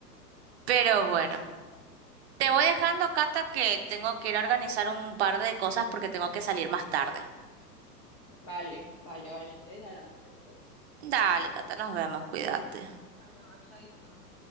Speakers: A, on the right; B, on the left.
A: pero
B: No,
A: bueno,
B: sí, claro.
A: te voy dejando, Cata, que tengo que ir a organizar un par de cosas porque tengo que salir más tarde.
B: Vale, vale, vale. Entonces hablamos después.
A: Dale, Cata, nos vemos, cuídate.
B: Bueno, chaito.